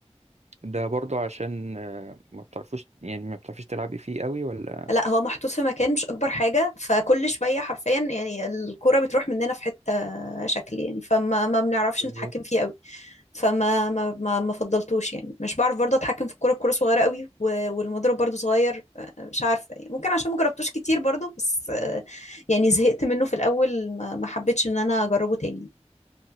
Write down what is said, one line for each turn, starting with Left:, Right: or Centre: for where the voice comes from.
Right: ده برضو عشان آه، ما بتعرفوش يعني ما بتعرفيش تلعبي فيه قوي ولا
Left: لا هو محطوط في مكان مش اكبر حاجه فكل شويه حرفيا يعني الكوره بتروح مننا في حته شكل يعني فما ما بنعرفش
Right: بالظبط
Left: نتحكم فيه قوي فما ما ما ما فضلتوش يعني مش بعرف برضه اتحكم في الكوره الكوره صغيره قوي و- والمضرب برضه صغير مش عارفه يعني ممكن عشان ما جربتوش كتير برضه بس آه، يعني زهقت منه في الاول ما ما حبيتش ان انا اجربه تاني